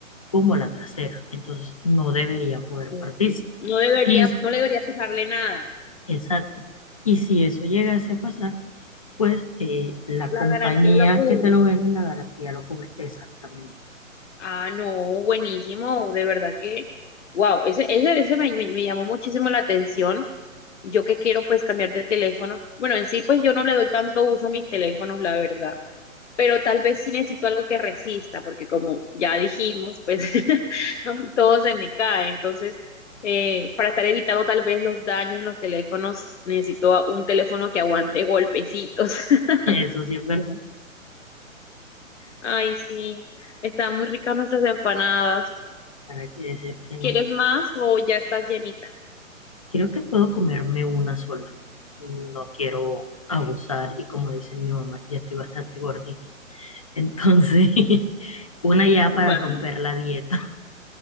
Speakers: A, on the left; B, on the left.
A: como la trasera. Entonces no debería poder
B: como
A: partirse.
B: que no debería,
A: Y,
B: no le debería pasarle nada.
A: exacto. Y si eso llegase a pasar, pues eh, la
B: La
A: compañía
B: garantía lo cubre.
A: que te lo vende, la garantía lo cubre exactamente.
B: Ah, no, buenísimo, de verdad que, wow, ese, ese, ese me, me, me llamó muchísimo la atención. Yo que quiero pues cambiar de teléfono. Bueno, en sí pues yo no le doy tanto uso a mis teléfonos, la verdad. pero tal vez sí necesito algo que resista, porque como ya dijimos, pues <laughs> a mí todo se me cae. Entonces, eh, para estar evitando tal vez los daños en los teléfonos, necesito a- un teléfono que aguante golpecitos. <laughs>
A: <laughs> Eso sí es verdad.
B: Ay, sí, están muy ricas nuestras empanadas.
A: ¿Para qué decirte no?
B: ¿Quieres más o ya estás llenita?
A: Creo que puedo comerme una sola. No quiero abusar y como dice mi mamá, ya estoy bastante gordita. Entonces, <laughs> una ya
B: Vale.
A: para romper la dieta.